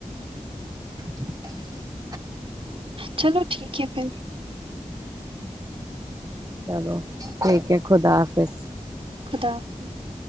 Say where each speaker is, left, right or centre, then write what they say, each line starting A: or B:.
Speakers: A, on the right; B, on the right.
A: <inaudible>
B: چلو ٹھیک ہے پھر
A: چلو ٹھیک ہے خدا حافظ
B: خدا حافظ